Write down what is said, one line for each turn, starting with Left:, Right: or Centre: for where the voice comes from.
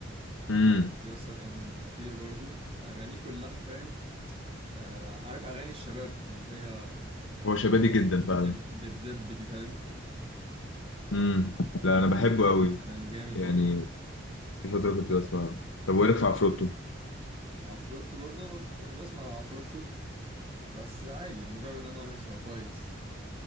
Left: امم
Right: يسا كان خطير برضو أغانيه كلها فاهم آه، عارف أغاني الشباب اللي هي
Left: هو شبابي جدا فعلا
Right: بت- بتدب دي فاهم
Left: امم لا انا بحبه
Right: آه،
Left: قوي
Right: كان جامد
Left: يعني
Right: برضو
Left: في فتره كنت بسمعه طب وإيه
Right: آه،
Left: رايك في عفروتو
Right: عفروتو برضو أنا ب- بسمع عفروتو بس عادي المجرد ان انا ماشي هو كويس